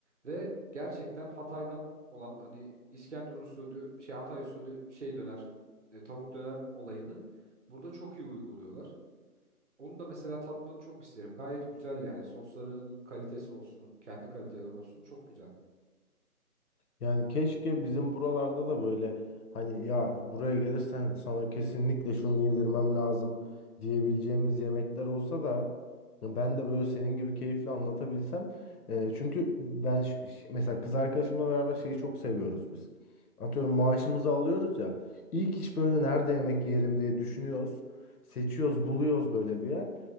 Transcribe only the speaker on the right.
ve gerçekten Hatay'dan olan hani İskenderun usulü şey Hatay usulü şey döner e, tavuk döner olayını burada çok iyi uyguluyorlar. Onu da mesela tatmanı çok isterim. Gayet güzel yani. Sosların kalitesi olsun, kendi kaliteleri olsun çok güzel.